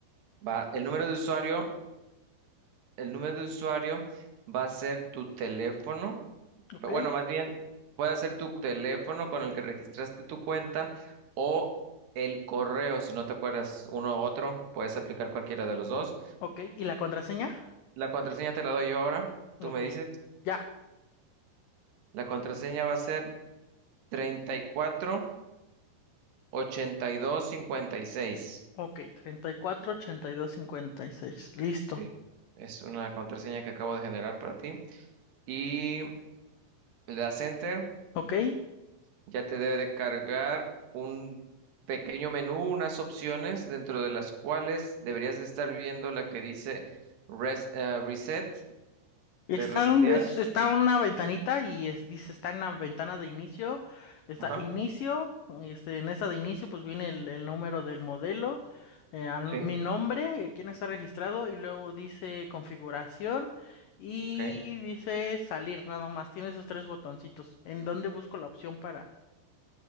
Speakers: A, on the right; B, on the left.
A: Va, el número de usuario el número de usuario va a ser tu teléfono,
B: Ok,
A: pe- bueno, más bien puede ser tu teléfono con el que registraste tu cuenta o el correo, si no te acuerdas uno u otro, puedes aplicar cualquiera de los dos.
B: ok, ¿y la contraseña?
A: La contraseña te la doy yo ahora,
B: Ok,
A: tú me dices,
B: ya,
A: la contraseña va a ser treinta y y cuatro ochenta y dos cincuenta y seis.
B: ok, treinta y cuatro, ochenta y dos, cincuenta y seis. listo.
A: Sí, es una contraseña que acabo de generar para ti. Y le das enter.
B: Ok,
A: Ya te debe de cargar un pequeño menú, unas opciones dentro de las cuales deberías de estar viendo la que dice res- eh, reset,
B: Está,
A: de resetear.
B: en un- es- está una ventanita y es- dice, está en la ventana de inicio, está
A: Ajá,
B: inicio, este, en esa de inicio pues viene el, el número del modelo, eh, an-
A: sí,
B: mi nombre, eh, quién está registrado y luego dice configuración y
A: ok.
B: dice salir, nada más, tiene esos tres botoncitos. ¿En dónde busco la opción para?